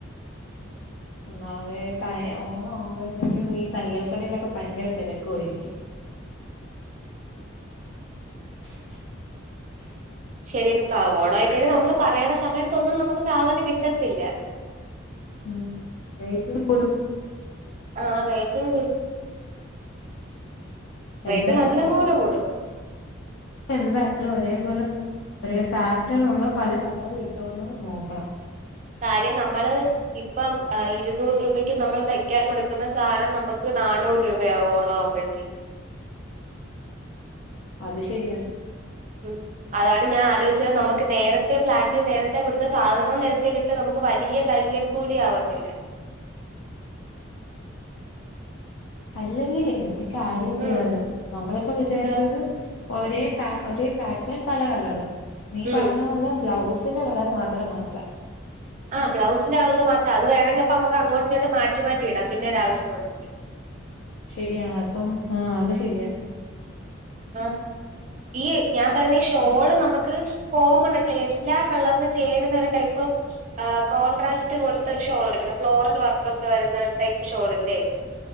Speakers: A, on the left; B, on the right.
A: ഒന്നാതെ ഓണം ആവുമ്പോഴത്തേക്കും ഈ തയ്യൽക്കടയിലൊക്കെ ഭയങ്കര തെരക്കുആയിരിക്കും <unintelligible>
B: ശരിക്കാ ഓണം ആയിക്കഴിഞ്ഞാൽ നമ്മള് പറയണ സമയത്തൊന്നും നമുക്ക് സാധനം കിട്ടത്തില്ല.
A: ഉം റേറ്റും കൂടും
B: ആ റേറ്റും കൂടും റേറ്റ്
A: എന്തായാലും
B: നല്ല
A: നമുക്ക്
B: പോലെ കൂടും
A: എന്തായാലും ഒരേപോലെ ഒരേ പാറ്റേൺ ഉള്ള പല കളർ കിട്ടോന്ന് നോക്കണം.
B: കാര്യം നമ്മള് ഇപ്പം ഇരുന്നൂറ് രൂപയ്ക്ക് നമ്മൾ തയ്ക്കാൻ കൊടുക്കുന്ന സാധനം നമുക്ക്.. ന നാനൂറ് രൂപയാ ഓണം ആവുമ്പോഴത്തേക്ക്
A: അത് ശരിയാണ്
B: ഉം അതാണ് ഞാൻ ആലോചിച്ചത് നമുക്ക് നേരത്തെ പ്ലാൻ ചെയ്ത് നേരത്തെ കൊടുത്ത സാധനവും നേരത്തെ കിട്ടും നമുക്ക് വലിയ തയ്യൽക്കൂലി ആവത്തില്ല
A: അല്ലെങ്കിലേ ഒരു കാര്യം ചെയ്താലോ
B: ഉം
A: നമ്മളിപ്പം വിചാരിച്ചത്
B: എന്താ
A: ഒരേ പ ഒരേ പാറ്റേൺ പല കളറ് നീ
B: ഉം
A: പറഞ്ഞ പോലെ ബ്ലൗസ്. തിൻ്റെ കളറ് മാത്രം മാറ്റാം
B: ആബ്ലൗസിന്റെകളർ മാത്രം അത് വേമെങ്കിപ്പ നമക്ക് അങ്ങോട്ട് ഇങ്ങട്ട് മാറ്റി മാറ്റിയിടാം പിന്നെ ഒരു ആവശ്യം വന്നാ
A: ശരിയാണ് അപ്പം ആഹ അത് ശരിയാ
B: ആ ഈ ഞാൻ പറയുന്ന ഷോള് നമക്ക് കോമൺ ആയിട്ടുള്ളേ എല്ലാ കളറിന ചേരുന്ന ഒരു ടൈപ്പും ആ കോൺട്രാസ്റ്റ് പോലത്തെ ഒരു ഷോൾ എടുക്കണം ഫ്ലോറൽ വർക്ക് ഒക്കെ വരുന്ന ടൈപ്പ് ഷോളില്ലേ